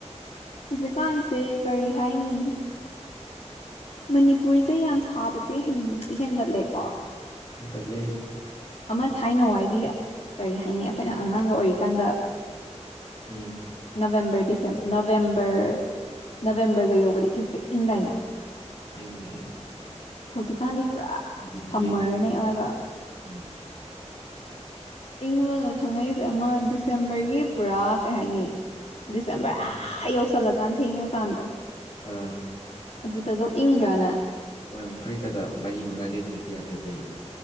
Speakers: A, on the left; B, on the left.
A: ꯍꯧꯖꯤꯛꯀꯥꯟꯁꯦ ꯀꯔꯤ ꯍꯥꯏꯅꯤ ꯃꯅꯤꯄꯨꯔꯁꯦ ꯌꯥꯝ ꯁꯥꯕꯁꯦꯗꯤ ꯍꯦꯟꯒꯠꯂꯦꯀꯣ
B: ꯂꯦ
A: ꯑꯃ ꯊꯥꯏꯅ ꯋꯥꯏꯗꯤ ꯀꯔꯤ ꯍꯥꯏꯅꯤ ꯑꯩꯈꯣꯏꯅ ꯑꯉꯥꯡꯒ ꯑꯣꯏꯔꯤꯀꯥꯟꯗ
B: ꯎꯝ
A: ꯅꯕꯦꯝꯕꯔ ꯗꯤꯁꯦꯝ ꯅꯕꯦꯝꯕꯔ ꯅꯕꯦꯝꯕꯔꯒ ꯌꯧꯕꯗ ꯏꯪ ꯇ꯭ꯔꯦꯛ ꯏꯪꯗꯥꯏꯅ
B: ꯏꯪ
A: ꯍꯧꯖꯤꯛꯀꯥꯟꯗꯤ ꯄꯨꯔꯥ
B: ꯏꯟꯖꯤꯟꯒꯤ
A: ꯁꯝꯃꯔꯅꯦ
B: ꯏꯪ
A: ꯑꯣꯏꯕ
B: ꯎꯝ
A: ꯏꯪꯕꯒ ꯈꯪꯉꯛꯏꯁꯦ ꯑꯃ ꯗꯤꯁꯦꯝꯕꯔꯒꯤ ꯄꯨꯔꯥ ꯀꯩ ꯍꯥꯏꯅꯤ ꯗꯤꯁꯦꯝꯕꯔ
B: ꯑ
A: ꯑ ꯌꯧꯁꯜꯂꯀꯥꯟ ꯊꯦꯡꯉꯀꯥꯟꯗꯣ
B: ꯑ
A: ꯑꯗꯨꯗꯒ ꯏꯪꯗ꯭ꯔꯥꯅꯦ
B: ꯑ ꯐꯔꯤ ꯀꯗꯥ ꯃꯔꯤ ꯃꯉꯥ ꯂꯤꯇ꯭ꯔꯗꯤ ꯌꯥꯗꯕꯤ